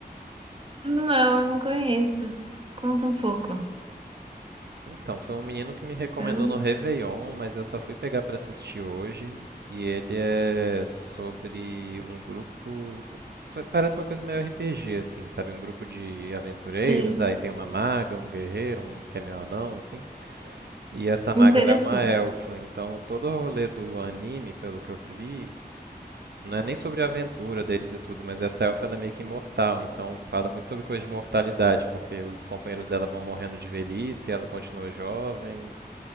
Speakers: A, on the right (about 30°); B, on the right (about 80°).
A: Não, eu não conheço. Conta um pouco.
B: Então, foi um menino que me recomendou
A: Eu não
B: no Réveillon, mas eu só fui pegar pra assistir hoje. E ele é sobre um grupo. pa- Parece uma coisa meio RPG, assim, sabe? Um grupo de aventureiros,
A: sei.
B: aí tem uma maga, um guerreiro, um que é meio anão, assim. E essa maga
A: Interessante.
B: ela é uma elfa, então todo o rolê do anime, pelo que eu vi, não é nem sobre a aventura deles e tudo, mas essa elfa ela é meio que imortal, então fala muito sobre coisa de mortalidade, porque os companheiros dela vão morrendo de velhice, ela continua jovem.